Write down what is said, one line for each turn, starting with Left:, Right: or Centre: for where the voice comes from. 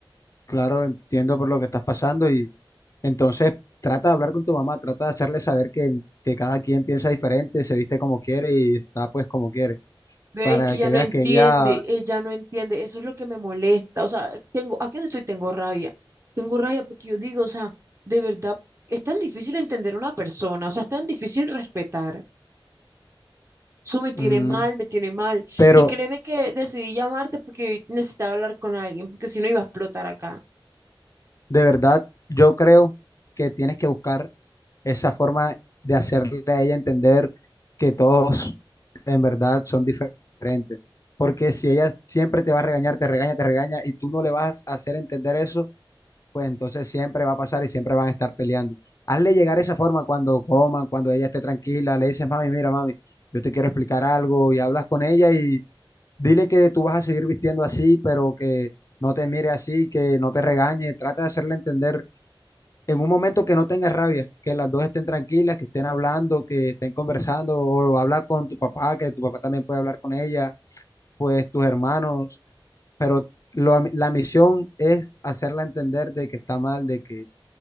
Left: Claro, entiendo por lo que estás pasando y entonces trata de hablar con tu mamá, trata de hacerle saber que, que cada quien piensa diferente, se viste como quiere y está pues como quiere,
Right: Bebé,
Left: para
Right: es que ella
Left: que
Right: no
Left: veas
Right: entiende,
Left: que ella...
Right: ella no entiende, eso es lo que me molesta, o sea, tengo, ¿a qué no estoy? Tengo rabia, tengo rabia porque yo digo, o sea, de verdad, es tan difícil entender a una persona, o sea, es tan difícil respetar, eso me tiene
Left: mm,
Right: mal, me tiene mal,
Left: pero
Right: y créeme que decidí llamarte porque necesitaba hablar con alguien, porque si no iba a explotar acá.
Left: de verdad, yo creo que tienes que buscar esa forma de hacerle a ella entender que todos en verdad son diferentes, porque si ella siempre te va a regañar, te regaña, te regaña y tú no le vas a hacer entender eso pues entonces siempre va a pasar y siempre van a estar peleando. Hazle llegar esa forma cuando coman, cuando ella esté tranquila, le dices, mami, mira, mami, yo te quiero explicar algo y hablas con ella y dile que tú vas a seguir vistiendo así, pero que no te mire así, que no te regañe, trata de hacerle entender en un momento que no tengas rabia, que las dos estén tranquilas, que estén hablando, que estén conversando, o habla con tu papá, que tu papá también puede hablar con ella, pues tus hermanos, pero lo- la misión es hacerla entender de que está mal, de que